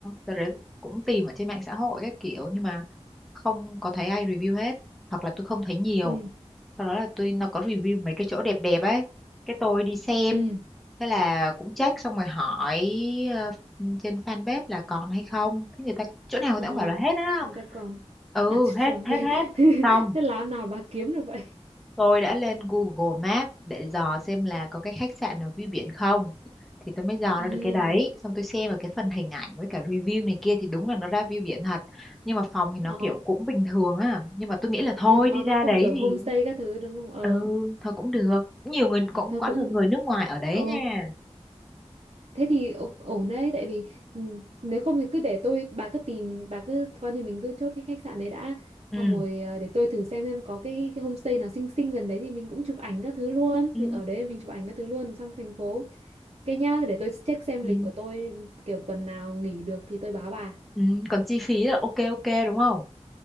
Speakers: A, in the centre; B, on the right.
A: đợt đấy cũng tìm ở trên mạng xã hội các kiểu nhưng mà không có thấy ai review hết hoặc là tôi không thấy nhiều
B: ừ
A: sau đó là tôi nó có review mấy cái chỗ đẹp đẹp ấy cái tôi đi xem
B: ừ
A: thế là cũng check xong rồi hỏi ờ, trên fanpage là còn hay không thế người ta chỗ nào người
B: ờ
A: ta cũng bảo là hết á
B: người ta còn
A: ừ
B: à trời
A: hết hết
B: ơi.
A: hết
B: <laughs>
A: xong
B: thế làm nào bà kiếm được vậy
A: Tôi đã lên Google Maps để dò xem là có cái khách sạn nào view biển không. Thì tôi mới dò
B: ừ
A: ra được cái đấy. Xong tôi xem ở cái phần hình ảnh với cả review này kia thì đúng là nó ra view biển thật. Nhưng mà phòng thì nó
B: ờ
A: kiểu cũng bình thường á. Nhưng mà tôi nghĩ
B: cũng-
A: là thôi
B: ừ, nó
A: đi
B: nó
A: ra
B: không
A: đấy
B: kiểu homestay
A: thì
B: các thứ đúng không ờ
A: ừ thôi cũng được. Nhiều người cũng
B: thôi
A: có
B: cũng
A: nhiều người nước ngoài ở đấy
B: ờ
A: nha.
B: thế thì ổ- ổn đấy tại vì ừ, nếu không thì cứ để tôi bà cứ tìm bà cứ coi như mình cứ chốt cái khách sạn đấy đã
A: Ừ.
B: xong rồi ờ, để tôi thử xem xem có cái, cái homestay nào xinh xinh gần đấy thì mình cũng chụp ảnh các thứ luôn
A: Ừ.
B: mình ở đấy mình chụp ảnh các thứ luôn trong thành phố Cái nhá, để tôi check xem
A: Ừ.
B: lịch của tôi kiểu tuần nào nghỉ được thì tôi báo bà.
A: Ừ. Còn chi phí là ok ok đúng không?